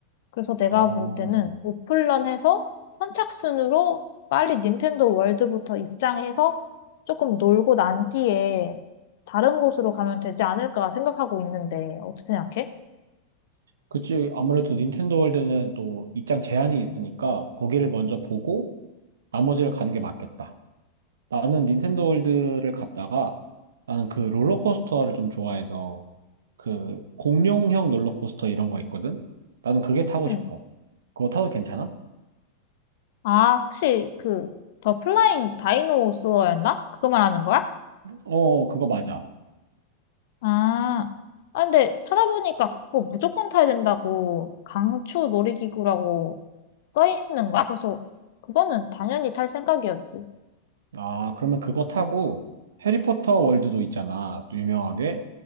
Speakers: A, on the left (about 55°); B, on the right (about 65°).
A: 그래서 내가
B: 어.
A: 볼 때는 오픈런 해서 선착순으로 빨리 닌텐도 월드부터 입장해서 조금 놀고 난 뒤에 다른 곳으로 가면 되지 않을까 생각하고 있는데 어떻게 생각해?
B: 그치. 아무래도 닌텐도 월드는 또 입장 제한이 있으니까 거기를 먼저 보고 나머지를 가는 게 맞겠다. 나는 닌텐도 월드를 갔다가 나는 그 롤러코스터를 좀 좋아해서 그 공룡형 롤러코스터 이런 거 있거든? 나는 그게 타고
A: 응.
B: 싶어. 그거 타도 괜찮아?
A: 아, 혹시 그 더 플라잉 다이노소어였나? 그거 말하는 거야?
B: 어, 그거 맞아.
A: 아, 아 근데 찾아보니까 그거 무조건 타야 된다고 강추 놀이기구라고 써 있는 거야. 그래서 그거는 당연히 탈 생각이었지.
B: 아, 그러면 그거 타고 해리포터 월드도 있잖아, 또 유명하게.